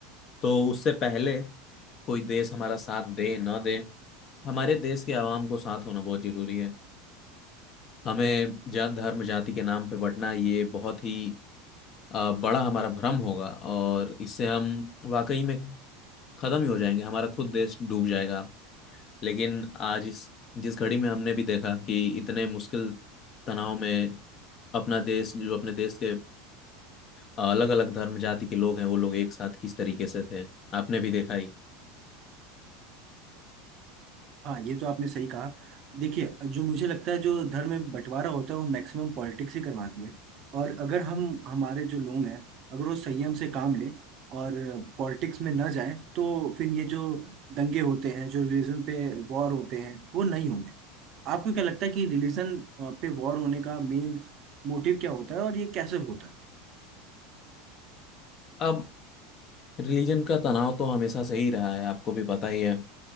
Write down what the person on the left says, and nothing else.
तो उससे पहले कोई देश हमारा साथ दे न दे हमारे देश के आवाम को साथ होना बहुत जरूरी है हमें जात धर्म जाति के नाम पे बंटना ये बहुत ही अ, बड़ा हमारा भ्रम होगा और इससे हम वाकई में खत्म ही हो जाएंगे हमारा खुद देश डूब जाएगा लेकिन आज इस जिस घड़ी में हमने भी देखा कि इतने मुश्किल तनाव में अपना देश जो अपने देश के अलग अलग धर्म जाति के लोग हैं वो लोग एक साथ किस तरीके से थे आपने भी देखा ही
अब रिलीजन का तनाव तो हमेशा से ही रहा है आपको भी पता ही है